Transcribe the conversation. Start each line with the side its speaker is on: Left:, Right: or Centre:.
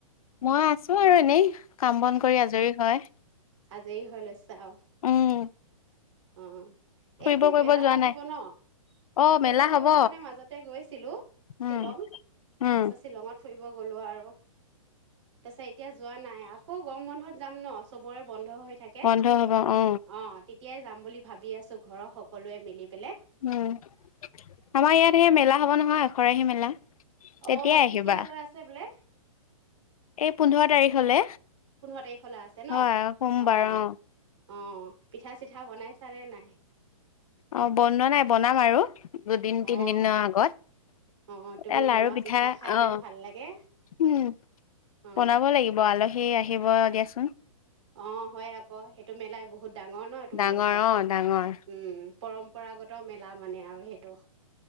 Left: মই আছোঁ আৰু এনেই। কাম বন কৰি আজৰি হয়।
Right: আজেই হৈ লৈছে। তাও
Left: উম
Right: অহ।
Left: ফুৰিব
Right: এ কি
Left: কৰিব
Right: মেলা
Left: যোৱা
Right: পাতিব
Left: নাই?
Right: ন?
Left: অ
Right: ফুৰিব
Left: মেলা হব
Right: কৰিব মানে মাজতে গৈছিলোঁ
Left: উম
Right: শ্বিলং,
Left: উম
Right: তাৰ পিছত শ্বিলঙত ফুৰিব গ'লো আৰু তাৰিছত এতিয়া যোৱা নাই, আকৌ গৰম বন্ধত যাম ন', চবৰে বন্ধ হৈ থাকে
Left: বন্ধ হব অ
Right: অ'। তিয়াই যাম বুলি ভাবি আছোঁ ঘৰৰ সকলোৱে মিলি পেলাই।
Left: উম, আমাৰ ইয়াত সেই মেলা হ'ব নহয়, এখৰাহি মেলা। তেতিয়াই
Right: অ
Left: আহিবা
Right: কেতিয়া লৈ আছে বোলে
Left: এই পোন্ধৰ তাৰিখলে
Right: পোন্ধৰ তাৰিখলৈ আছে ন?
Left: হয় সোমবাৰ
Right: অহ,
Left: অ
Right: আহ, পিঠা চিঠা বনাইছানে নাই?
Left: অহ বনোৱা নাই, বনাম আৰু। দুদিন
Right: অ',
Left: তিন দিনৰ আগত।
Right: অ', তুমি
Left: এয়া লাৰু
Right: বনোৱা
Left: পিঠা
Right: খাই
Left: আহ
Right: ইমান ভাল লাগে।
Left: উম
Right: অ',
Left: বনাব লাগিব আলহী আহি আহিব দিয়াচোন।
Right: অহ, হয় আকৌ। সেইটো মেলাই বহুত ডাঙৰ নহয় তোমালোকৰ,
Left: ডাঙৰ অ ডাঙৰ
Right: উম। পৰম্পৰাগত মেলা মানে আৰু সেইটো।